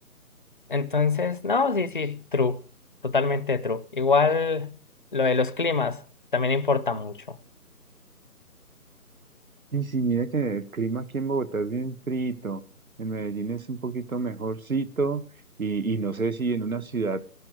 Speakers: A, on the left (about 35°); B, on the right (about 65°).
A: Entonces, no, sí, sí, true, totalmente true. Igual lo de los climas también importa mucho.
B: Y sí, mira que el clima aquí en Bogotá es bien frito, en Medellín es un poquito mejorcito y, y no sé si en una ciudad